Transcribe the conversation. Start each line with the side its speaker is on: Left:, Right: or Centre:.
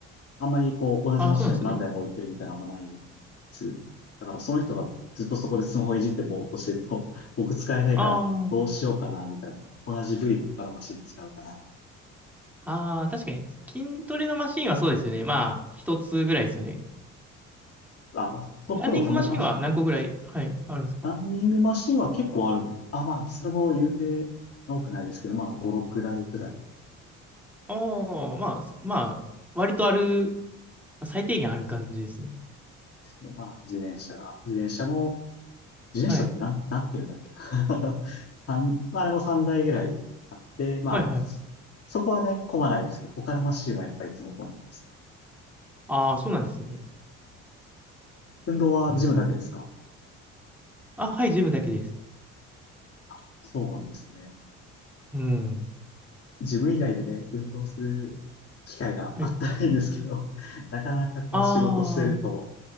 Left: あんまりこう、同じマシンを何台も置いてるみたいなのあんまないで
Centre: ああ、そうなんですね。
Left: す。だから、その人がずっとそこでスマホいじってぼーっとしてると、<laughs> 僕使えないから、
Centre: あ
Left: どうしようかな、みたいな。同じ部位の他のマシン使うかな、みたい
Centre: あ、ああ、確かに。筋トレのマシンはそうですよね。まあ、一つぐらいですよね。
Left: な。あ、まあ、と、
Centre: ランニングマシンは何個ぐらい、
Left: どうもそんな感じなのかな。
Centre: はい、あるんですか
Left: ランニングマシンは結構ある。あ、まあ、それも言うて多くないですけど、まあ、5、6台ぐらいで
Centre: ああ、まあ、まあ、割とある、まあ最低限ある感じですね。
Left: すね。まあ、自転車が。自転車も、自転車ってなん、
Centre: はい。
Left: なんていうんだっけな。<laughs> 三、まあ、あれも3台ぐらいあって、まあ、
Centre: はい、はい。
Left: そそこはね、混まないですけど、他のマシンはやっぱりいつも混んでます。
Centre: ああー、そうなんですね。
Left: 運動はジムだけですか
Centre: うん。あ、はい、ジムだけです。
Left: あ、そうなんですね。
Centre: うん。
Left: ジム以外でね、運動する機会があったらいいんですけど、
Centre: はい。
Left: なかなかこう仕事してると、
Centre: ああ、